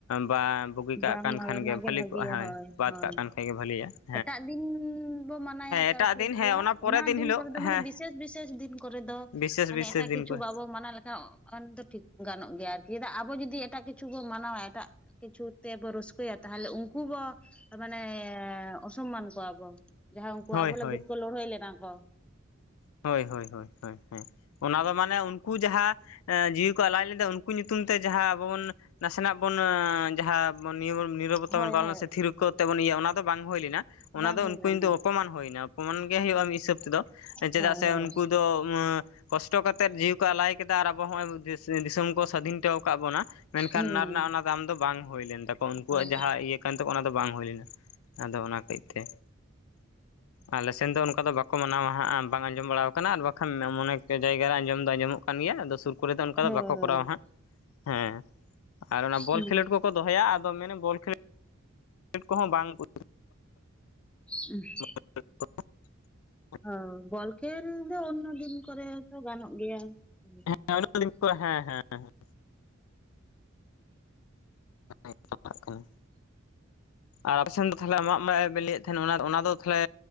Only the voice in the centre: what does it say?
ᱵᱟᱝ
ᱢᱟᱞᱚᱴ
ᱚᱱᱟᱜᱮ
ᱵᱷᱟᱜᱤᱭᱟ
ᱦᱳᱭ
ᱮᱴᱟᱜ ᱫᱤᱱ ᱫᱚ ᱢᱟᱱᱟᱭᱟ ᱛᱟᱣ
ᱴᱷᱤᱠ
ᱜᱮᱭᱟ,
ᱚᱱᱟ ᱫᱤᱱ
ᱠᱚᱨᱮ ᱫᱚ ᱢᱟᱱᱮ
ᱵᱤᱥᱮᱥ ᱵᱤᱥᱮᱥ ᱫᱤᱱ ᱠᱚᱨᱮ ᱫᱚ
ᱢᱟᱱᱮ
ᱮᱴᱟᱜ
ᱠᱤᱪᱷᱩ
ᱵᱟᱵᱚ ᱢᱟᱱᱟᱣ ᱞᱮᱠᱷᱟᱱ ᱩᱱ ᱫᱚ ᱴᱷᱤᱠ ᱜᱟᱱᱚᱜ ᱜᱮᱭᱟ ᱟᱨᱠᱤ ᱪᱮᱫᱟᱜ ᱟᱵᱚ ᱡᱩᱫᱤ ᱮᱴᱟᱜ ᱠᱤᱪᱷᱩ ᱵᱚ ᱢᱟᱱᱟᱣᱟ ᱮᱴᱟᱜ ᱠᱤᱪᱷᱩ ᱛᱮ ᱵᱚ ᱨᱟᱹᱥᱠᱟᱹᱭᱟ, ᱛᱟᱦᱚᱞᱮ ᱩᱝᱠᱩ ᱵᱚ ᱢᱟᱱᱮ ᱚᱥᱚᱢᱢᱟᱱ ᱠᱚᱣᱟᱵᱚᱱ, ᱡᱟᱦᱟᱸᱭ ᱩᱝᱠᱩ
ᱟᱵᱚ ᱞᱟᱹᱜᱤᱫ
ᱠᱚ ᱞᱟᱹᱲᱦᱟᱹᱭ ᱞᱮᱱᱟ ᱠᱚ ᱾
ᱦᱳᱭ
ᱦᱳᱭ
ᱵᱟᱝ
ᱦᱩᱭ
ᱞᱮᱱᱟ
ᱦᱳᱭ
ᱦᱳᱭ
ᱦᱩᱸ
ᱦᱳᱭ ᱦᱳᱭ
ᱦᱳᱭ
ᱦᱩᱸ
<inaudible>
ᱚ ᱵᱚᱞ ᱠᱷᱮᱞ ᱫᱚ ᱚᱱᱱᱳ ᱫᱤᱱ ᱠᱚᱨᱮ ᱛᱚ ᱜᱟᱱᱚᱜ ᱜᱮᱭᱟ᱾ ᱦᱩᱸ